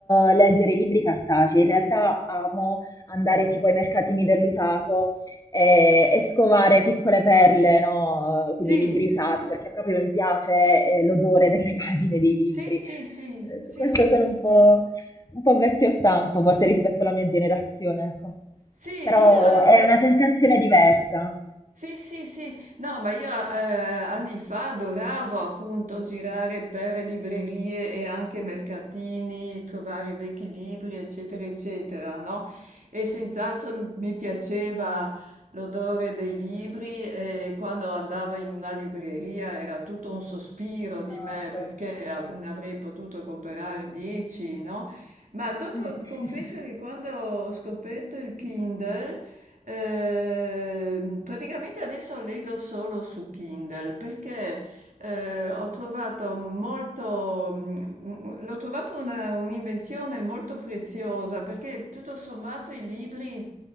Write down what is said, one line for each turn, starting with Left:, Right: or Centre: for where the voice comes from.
Left: eh, leggere i libri cartacei, in realtà amo andare tipo ai mercatini dell'usato e, e scovare piccole perle, no? Eh, Quindi
Right: Sì,
Left: libri usati, perché proprio mi piace eh, l'odore delle <laughs> pagine dei libri.
Right: sì, sì, sì,
Left: Eh, Su
Right: sì,
Left: questo
Right: sì,
Left: sono un po', un po' vecchio stampo, forse rispetto alla mia generazione, ecco.
Right: sì, io,
Left: Però è
Right: eh,
Left: una sensazione diversa.
Right: Sì, sì, sì. No, ma io, ehm, anni fa adoravo appunto girare per librerie e anche mercatini, trovare vecchi libri, eccetera, eccetera, no, e senz'altro m mi piaceva l'odore dei libri e quando andavo in una libreria era tutto un sospiro di
Left: Esatto.
Right: me perché av ne avrei potuto comprare 10, no, ma dopo
Left: Mm. <laughs>
Right: confesso che quando ho scoperto il Kindle Ehm, praticamente adesso leggo solo su Kindle perché eh, ho trovato molto, mm, mm, l'ho trovato una- un'invenzione molto preziosa perché tutto sommato i libri